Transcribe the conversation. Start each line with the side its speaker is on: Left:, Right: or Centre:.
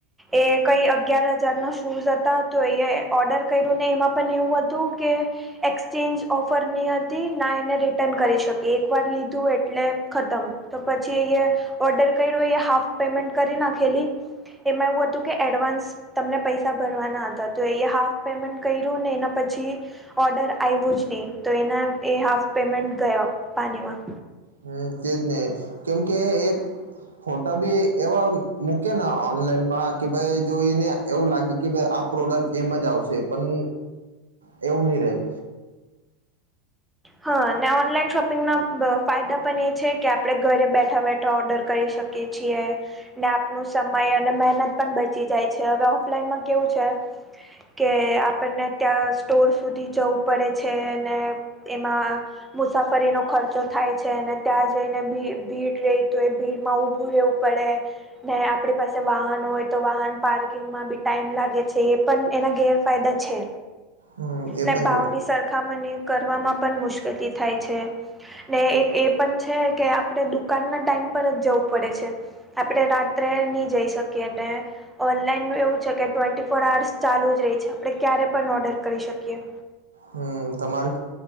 Centre: એ કઈ અગિયાર હજાર નો શૂઝ હતા તો એ ઓર્ડર કર્યું ને એમાં પણ એવું હતું કે એક્સચેન્જ ઓફરની હતી ના એને રિટર્ન કરી શકી એક વાર લીધું એટલે ખતમ. તો પછી અયા ઓર્ડર કર્યો હાફ પેમેન્ટ કરી નાખેલી એમાં એવું હતું કે એડવાન્સ તમને પૈસા ભરવાના હતા તો એયા હાફ પેમેન્ટ કર્યું ને એના પછી ઓર્ડર આવું જ નહીં તો એના એ હાફ પેમેન્ટ ગયા પાનીમાં.
Right: હમ તેજ નહી કેમ કે એ ફોટા બી એવા મુું કે ના ઓનલાઈન માં કે ભાઈ જોઈને એવું લાગે કે ભાઈ આ પ્રોડક્ટ એમ જ આવશે પણ એવું ની રે.
Centre: હા ને ઓનલાઈન શોપિંગના ફાયદા પણ એ છે કે આપડણે ઘરે બેઠા બેઠા ઓર્ડર કરી શકી કે છીએ ને આપનું સમય અને મહેનત પણ બચી જાય છે. હવે ઓફલાઈનમાં કેવું છે કે આપણને ત્યાં સ્ટોર સુધી જવું પડે છે ને તેમાં મુસાફરીનો ખર્ચો થાય છે અને ત્યાં જઈને ભીડ રહી તો એ ભીડમાં ઉભું રહેવું પળે ને આપણી પાસે વાહનો હોય તો વાહન પાર્કિંગમાં બી ટાઈમ લાગે છે એ પણ એના ગેરફાયદા છે.
Right: હમ એ
Centre: ને
Right: પણ
Centre: ભાવની
Right: છે
Centre: સરખામણી કરવામાં પણ મુશ્કેલી થાય છે. ને એક એ પણ છે કે આપણે દુકાન ના ટાઈમ પર જ જવું પડે છે. આપણે રાત્રે નહી જઈ શકીએ અને ઓનલાઈન એવું છે, કે ટ્વેન્ટી ફોર આર્સ ચાલુ જ રહી છે, આપડણે ક્યારે પણ ઓર્ડર કરી શકીએ
Right: હમ તમારે